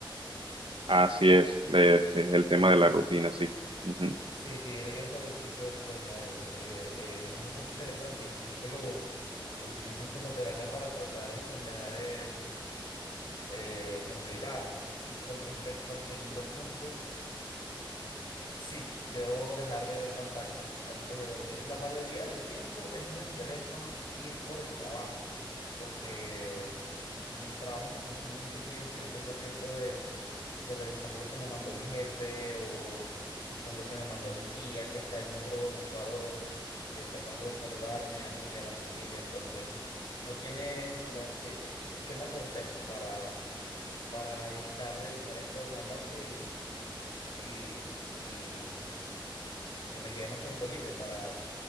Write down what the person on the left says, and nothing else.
Mm.
Sí, sí, he leído sobre el ciclo del sueño. eh, eh, eh, es bastante interesante. Incluso lo, lo utilizan como terapia para tratar enfermedades eh, complicadas. Y con respecto al segundo punto, sí, debo dejar de ver pantallas antes de dormir. La mayoría del tiempo es en el teléfono y es por el trabajo, porque en el trabajo me consume mucho tiempo y no tengo tiempo de revisar lo que me mandó mi jefe o quizás lo que me mandó mi tía que está en otro, en Ecuador, eh, tratando de saludarme a mí, a la familia. Entonces, no tienes, no, ¿qué, qué, qué me aconsejas para, para evitar revisar esto en la noche y, y, y, y que me quede más tiempo libre para,